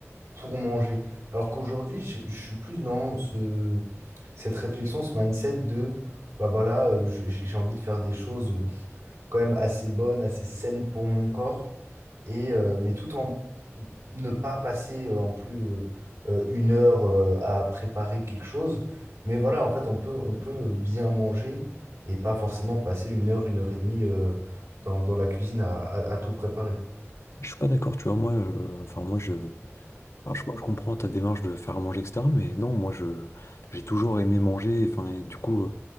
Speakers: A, on the right; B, on the left.
A: pour manger. Alors qu'aujourd'hui, je, je suis plus dans ce, cette réflexion, ce mindset de, bah voilà, euh, je- j'ai j'ai envie de faire des choses euh, quand même assez bonnes, assez saines pour mon corps, et, euh, mais tout en ne pas passer euh, en plus euh, euh, une heure euh, à préparer quelque chose. Mais voilà, en fait, on peut, on peut bien manger et pas forcément passer une heure, une heure et demie euh, dans, dans la cuisine à, à- à tout préparer.
B: Je suis pas d'accord, tu vois. Moi, euh, enfin, moi, je. Alors, je, je comprends ta démarche de faire à manger, etc. Mais non, moi, je, j'ai toujours aimé manger. Enfin, et du coup, euh,